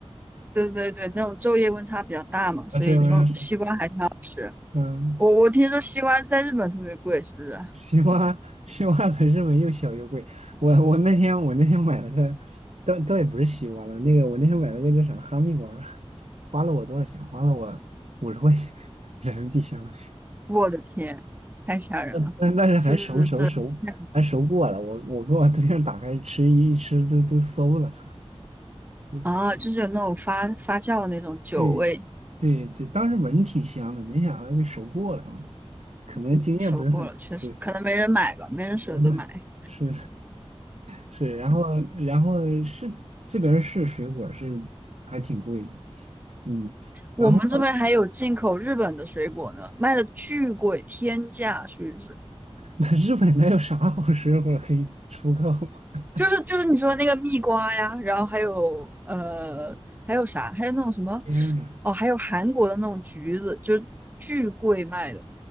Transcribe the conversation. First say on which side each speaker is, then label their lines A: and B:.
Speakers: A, on the right; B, on the right.
A: 对对对，那种昼夜温差比较大嘛，所以种西瓜还挺好吃。
B: 啊，这有啥说？嗯。
A: 我我听说西瓜在日本特别贵，是不是？
B: 西瓜 <laughs> 西瓜才是没又小又贵。我我那天我那天买了个，倒倒也不是西瓜了，那个我那天买了个叫啥哈密瓜，花了我多少钱？花了我五十块钱人民币，相当于。
A: 我的天，太吓人了！
B: <laughs> 但但但是还熟熟熟还熟过了，
A: 这这这这太可怕了
B: 我我跟我对象打开吃一吃都都馊了。嗯
A: 啊！就是有那种发发酵的那种酒味，
B: 对对对，当时闻着挺香的，没想到给熟过了，可能经验不是很足。
A: 嗯，收过了，确实可能没人买吧，
B: 对，
A: 没人舍得买。
B: 我买是。是，然后然后是这边儿是水果儿是还挺贵的，嗯，
A: 我们这边还有进口日本的水果呢，
B: 然后呢，
A: 卖的巨贵，天价，属于是，
B: 那日本那有啥好水果儿可以出口？<laughs>
A: 就是就是你说那个蜜瓜呀，然后还有呃还有啥，还有那种什么
B: 天呐，
A: 哦，还有韩国的那种橘子，就是巨贵卖的。